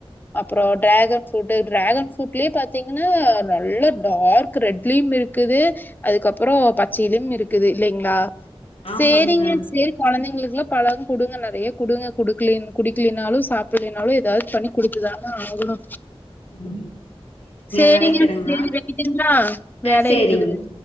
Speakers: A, on the left; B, on the left.
A: அப்புறோ டிராகன் ஃப்ரூட்டு டிராகன் ஃப்ரூட்லயே பாத்தீங்கனா நல்ல டார்க் ரெட்லயும் இருக்குது அதுக்கப்புறோ பச்சையிலயும் இருக்குது இல்லைங்ளா
B: ஆமாங்க.
A: சேரிங்க சேரி கொழந்தைங்களுக்குலா பழங் குடுங்க நறைய குடுங்க குடுக்குலேன் குடிக்கலேனாலு சாப்பிலேனாலு எதாவது பண்ணி குடுத்துதான ஆகணு
B: ஆமா.
A: சேரிங்க
B: நான் வைக்கிறேங்க.
A: சேரி வெக்கிட்டங்களா வேலை
B: ஆ சேரிங்க.
A: இருக்குதுங்